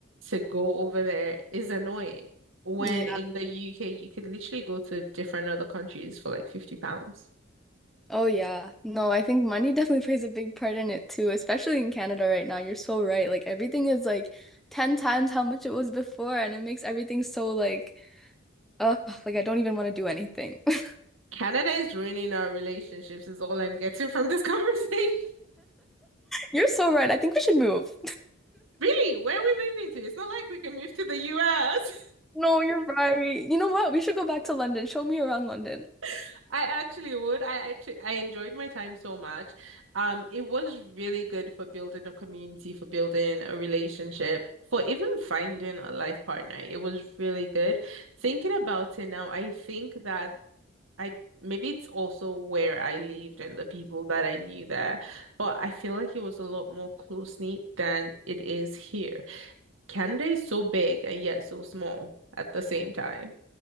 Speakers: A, on the right (about 80°); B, in the centre.
A: to go over there is annoying. When
B: Yeah.
A: in the UK, you could literally go to different other countries for like 50 pounds.
B: Oh, yeah. No, I think money <laughs> definitely plays a big part in it too, especially in Canada right now. You're so right. Like everything is like 10 times how much it was before, and it makes everything so like, oh like I don't even want to do anything. <laughs>
A: Canada is ruining our relationships, is all I'm getting from this <laughs> conversation.
B: You're so right. I think we should move.
A: Really? Where are we moving to? It's not like we can move to the US.
B: No, you're right. You know what? We should go back to London. Show me around London.
A: <laughs> I actually would. I actually I enjoyed my time so much. Um, it was really good for building a community, for building a relationship, for even finding a life partner. It was really good. Thinking about it now, I think that I maybe it's also where I lived and the people that I knew there, but I feel like it was a lot more close-knit than it is here. Canada is so big and yet so small at the same time.